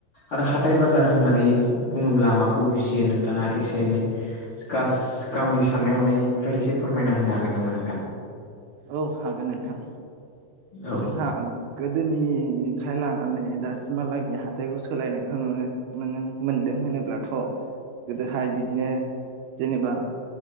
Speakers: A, on the left (about 45°); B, on the right (about 75°).
A: आरो हाथाय बाजार होननानै बुङोब्ला माखौ बुजियो नोंथाङा एसे एनै गास गावनि साननाय हनायनिफ्राय एसे फोरमायना होनो हागोन नामा नोंथां
B: औ हागोन नोंथां
A: औ
B: जोंहा गोदोनिफ्राय लानानै दासिमहालागै हाथाइखौ सोलायनायखौ नुनो मोन मोनदों होनोब्लाथ' गोदोहाय बिदिनो जेनेबा